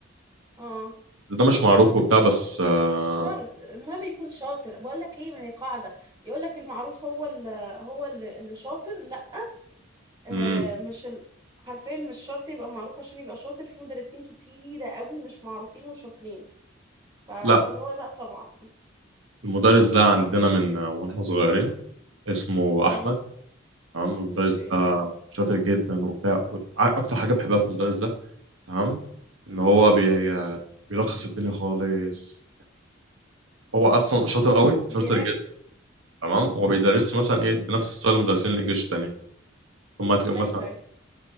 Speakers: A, on the right; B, on the right.
A: اه
B: ده مش معروف وبتاع بس آه
A: مش شرط المهم يكون شاطر بقول لك ايه ما هي قاعده يقول لك المعروف هو اللي هو اللي, اللي شاطر لا آه
B: م.
A: مش ال... حرفيا مش شرط يبقى معروف عشان يبقى شاطر في مدرسين كتيره قوي مش معروفين وشاطرين ف... فاللي
B: لا
A: هو لا طبعا
B: المدرس ده عندنا من آه، واحنا صغيرين اسمه
A: امم
B: احمد تمام المدرس
A: اوكي
B: ده شاطر جدا وبتاع وع- اكتر حاجه بحبها في المدرس ده تمام ان هو بي... بيلخص الدنيا خالص هو اصلا شاطر قوي شاطر
A: بيراقب
B: جدا تمام هو بيدرس مثلا ايه بنفس ستايل المدرسين الانجليش التانيين ثم هتلاقيهم
A: ازاي
B: مثلا
A: طيب